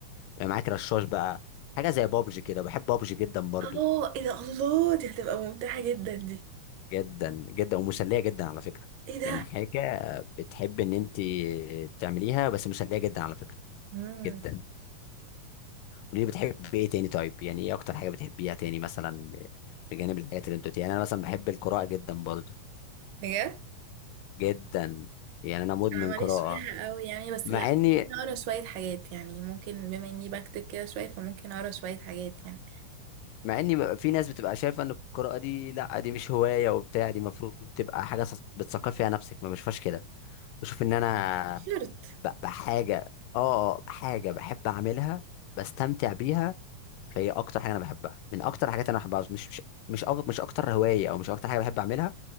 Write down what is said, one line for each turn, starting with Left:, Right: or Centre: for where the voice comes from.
Left: يعني معاك رشاش بقى حاجه زي بابجي كده بحب بابجي جدا برضو
Right: اه ايه ده الله دي هتبقى ممتعة جدا دي
Left: جدا جدا ومسليه جدا على فكره
Right: ايه ده
Left: يعني حاجه بتحب ان انت تعمليها بس مسليه جدا على فكره
Right: امم
Left: جدا وليه بتحب ايه تاني طيب يعني ايه اكتر حاجه بتحبيها تاني مثلا بجانب الحاجات اللي انت قلتيها يعني انا مثلا بحب القراءه جدا برضو
Right: بجد
Left: جدا يعني انا مدمن
Right: انا ماليش
Left: قراءه
Right: فيها قوي يعني بس
Left: مع
Right: لا
Left: اني
Right: ممكن اقرا شوية حاجات يعني ممكن بما اني بكتب كده شوية فممكن اقرا شوية حاجات يعني
Left: مع اني بقى- في ناس بتبقى شايفه ان القراءه دي لا دي مش هوايه وبتاع دي المفروض تبقى حاجه بتثقف فيها نفسك ما بشوفهاش كده بشوف ان انا
Right: شرط
Left: ب- بحاجة اه اه حاجة بحب أعملها بستمتع بيها فهي أكتر حاجة أنا بحبها من أكتر الحاجات أنا بحبها مش مش مش أف- مش أكتر هواية أو مش أكتر حاجة بحب أعملها